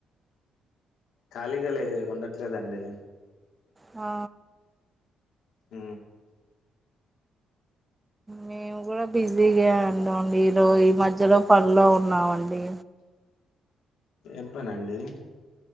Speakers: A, on the left; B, on the right.
A: ఖాళీగా లే ఉండట్లేదండి
B: ఆ
A: హ
B: మేము కూడా బిజీగా ఉన్నాం అండి ఈ మధ్యలో పనిలో ఉన్నామండి
A: ఏమి పనండి